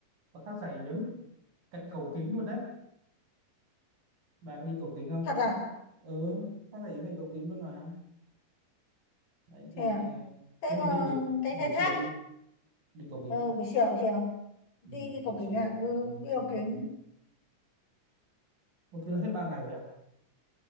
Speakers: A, on the right; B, on the left.
A: có thác Giải Yếm cạnh cầu kính luôn đấy bà có đi cầu kính không
B: thật à
A: ừ ta thấy vậy cầu kính luôn mà đấy thì
B: chè thế
A: thế mình
B: còn
A: đi buổi
B: cái
A: buổi
B: cái
A: chiều
B: thác
A: đi đi cầu kính
B: ờ,
A: à
B: buổi chiều buổi chiều đi,
A: ừ, đấy,
B: đi
A: buổi
B: cầu
A: chiều
B: kính à ừ
A: cũng
B: đi
A: chiều
B: cầu kính
A: cũng- Ủa, thế là hết ba ngày rồi à